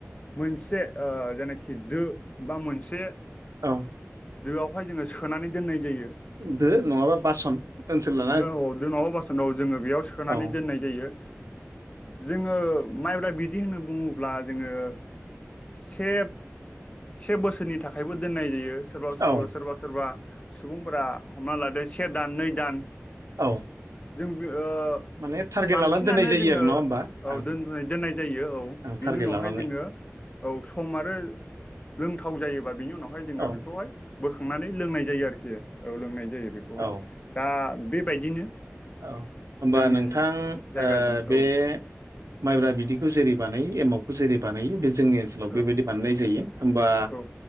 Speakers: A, on the left; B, on the right.
A: मोनसे जायनाखि दो बा मोनसे
B: औ
A: दोआवहाय जोङो सोनानै दोननाय जायो
B: दो नङाबा बासन ओनसोल ला
A: दो दो नङाबा बासनाव जोङो बेयाव सोनानै
B: औ ओं
A: दोननाय जायो जोङो माइब्रा बिदै होननानै बुङोब्ला जोङो से से बोसोरनि थाखायबो दोननाय जायो सोरबा
B: औ ओं
A: सोरबा सोरबा सुबुंफोरा हमना लादो से दान नै दान
B: औ
A: जों बि ओ
B: माने टारगेट
A: बांसिनानो
B: लानानै दोननाय जायो
A: जोङो
B: आरो नङा होमबा
A: औ
B: आं
A: दोनदुय दोननाय जायो औ
B: आं
A: बेनि
B: टारगेट
A: उनावहाय
B: लानानै
A: जोङो औ सम आरो लोंथाव जायोबा बेनि उनाव जोंनिया
B: औ
A: बेखौहाय बोखनानै लोंनाय जायो आरोखि औ लोंनाय जायो बेखौहाय
B: आरो
A: दा बेबायदिनो
B: औ होमबा
A: जोंनि
B: नोंथां
A: जायगाजों
B: बे
A: औ
B: माइब्रा बिदिखौ जेरै बानायो एमावखौ जेरै बानायो बे जोंनि ओनसोलाव बेबायदि
A: औ
B: बानायनाय जायो होमबा
A: औ